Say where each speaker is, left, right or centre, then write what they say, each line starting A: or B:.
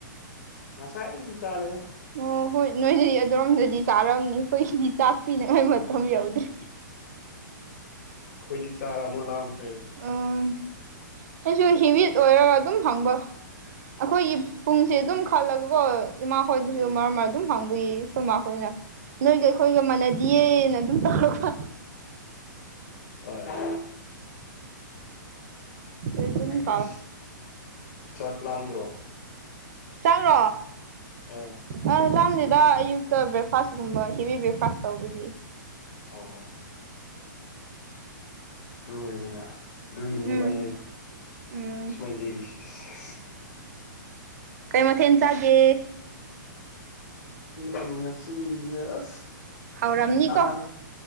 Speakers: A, on the left; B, on the right.
A: ꯑꯁꯥꯏ ꯆꯥꯔꯦ
B: ꯑꯣ ꯍꯣꯏ ꯅꯣꯏꯗꯤ ꯑꯗꯨꯔꯣꯝꯗꯗꯤ ꯆꯥꯔꯝꯅꯤ ꯑꯩꯈꯣꯏꯒꯤꯗꯤ ꯆꯥꯛ ꯄꯤꯅꯤꯡꯉꯥꯏ
A: ꯎꯝ
B: ꯃꯇꯝ
A: ꯑꯩꯈꯣꯏ
B: ꯌꯧꯗ꯭ꯔꯤ
A: ꯑꯈꯣꯏꯗꯤ ꯆꯥꯔ ꯑꯃꯨꯛ ꯂꯥꯝꯈ꯭ꯔꯦ
B: ꯎꯝ ꯑꯩꯁꯨ ꯍꯤꯃꯤꯠ ꯑꯣꯏꯔꯦ ꯑꯗꯨꯝ ꯍꯪꯕ ꯑꯩꯈꯣꯏꯒꯤ ꯄꯨꯡꯁꯦ ꯑꯗꯨꯝ ꯈꯜꯂꯒꯀꯣ ꯏꯃꯥꯈꯣꯏꯗꯨꯁꯨ
A: ꯎꯝ
B: ꯃꯔꯛ ꯃꯔꯛ ꯑꯗꯨꯝ ꯍꯡꯕꯒꯤ ꯑꯈꯣꯏꯃꯥ ꯈꯣꯏꯅ ꯅꯣꯏꯗꯤ ꯑꯩꯈꯣꯏꯒ ꯃꯥꯟꯅꯗꯤꯌꯦꯅ ꯑꯗꯨꯝ ꯇꯧꯔꯒ
A: ꯍꯣꯏ
B: ꯑꯗꯨꯝ <unintelligible>
A: ꯑꯁ ꯆꯥꯛ ꯂꯥꯝꯗ꯭ꯔꯣ
B: ꯆꯥꯛꯔꯣ
A: ꯍꯣꯏ
B: ꯑ ꯅꯝꯗꯦꯗ ꯑꯌꯨꯛꯇ ꯕ꯭ꯔꯦꯛꯐꯥꯁꯀꯨꯝꯕ ꯍꯦꯕꯤ ꯕ꯭ꯔꯦꯛꯐꯥꯁ ꯇꯧꯕꯒꯤ
A: ꯑꯣ ꯨꯑꯗꯨ ꯑꯣꯏꯔꯤꯉ ꯑꯗꯨꯒꯤꯅꯤꯕ
B: ꯎꯝ
A: ꯅꯣꯏ
B: ꯎꯝ
A: ꯁꯨꯃꯥꯏꯅ ꯂꯩꯔꯤꯁꯦ
B: ꯀꯩ ꯃꯊꯦꯜ ꯆꯥꯒꯦ
A: ꯑꯦ ꯉꯁꯤ ꯌꯦꯁ
B: ꯍꯥꯎꯔꯝꯅꯤꯀꯣ
A: ꯔ